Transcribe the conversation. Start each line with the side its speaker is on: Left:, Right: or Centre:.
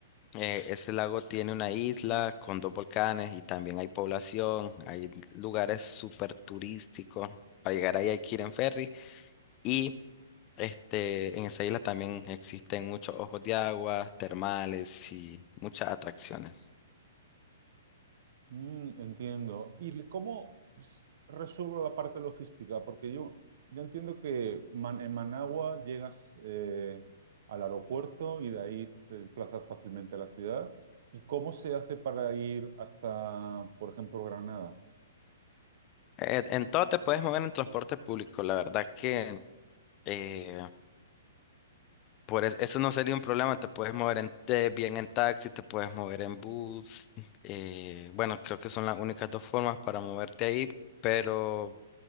Left: Eh, ese lago tiene una isla con dos volcanes y también hay población, hay lugares súper turísticos. Para llegar ahí hay que ir en ferry y este, en esa isla también existen muchos ojos de agua, termales y muchas atracciones.
Right: Mm, entiendo. ¿Y cómo s- resuelvo la parte logística? Porque yo, yo entiendo que Man- en Managua llegas eh, al aeropuerto y de ahí te desplazas fácilmente a la ciudad. ¿Y cómo se hace para ir hasta, por ejemplo, Granada?
Left: Eh, en todo te puedes mover en transporte público, la verdad que eh, por es- eso no sería un problema, te puedes mover en, te- bien en taxi, te puedes mover en bus. eh, bueno, creo que son las únicas dos formas para moverte ahí. Pero